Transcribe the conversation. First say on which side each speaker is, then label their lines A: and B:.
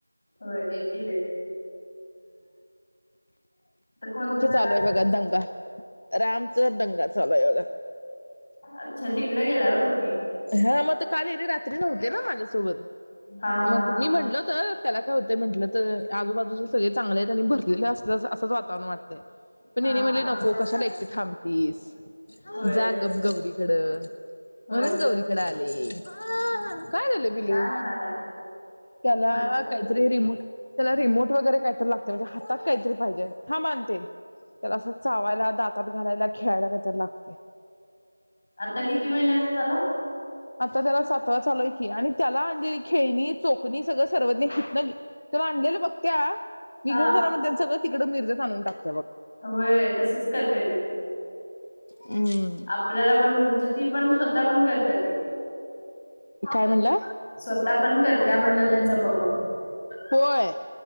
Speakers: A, on the left; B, on the left.
A: होय येतील कोण तर
B: आलोय
A: आज
B: बघा दंगा रामचा दंगा चालूय बघा.
A: अच्छा तिकडे गेला हो तुम्ही.
B: हा मग काल हेनी रात्री नव्हते ना माझ्यासोबत
A: हा
B: मग
A: हा
B: मी म्हटल होतं त्याला काय होतंय म्हंटलं तरं आजूबाजूचे सगळे चांगलेयत आणि भरलेल असलं असंच वातावरण वाट तय, पण
A: हा
B: हेनी म्हणले
A: हा
B: नको कशाला एकटी थांबतीस.
A: होय
B: जा गप गौरी इकडं
A: होय
B: म्हणून
A: बरोबर
B: गौरीकडे आलेय काय झालं बिलू
A: काय म्हणालाय
B: त्याला
A: बर
B: काहीतरी रिमोट त्याला रिमोट वगैरे काय तर लागतं म्हणज हातात काय तरी पाहिजे थांब आणते त्याला असं चावायला दात तात घालायला खेळायला काहीत लागतय.
A: आता कित ती महिन्याचा झाला.
B: आता त्याला सातवा चालूय कीवआणि त्याला आंदी खेनी चोख कुणी सगळं सर्वज्ञ होत न तर आणलेला बघत्या मी
A: हा
B: घेऊन जाणार म्हणत्यां सगळं तिकडे मिरजेत आणून टाक
A: होय तसच करते ती.
B: हम्म
A: आपल्याला पण म्हणजे ती पण स्वतः पण कर त्या ते,
B: काय म्हणला?
A: स्वतः पण करत्या म्हणलं त्यांचा बघून
B: होय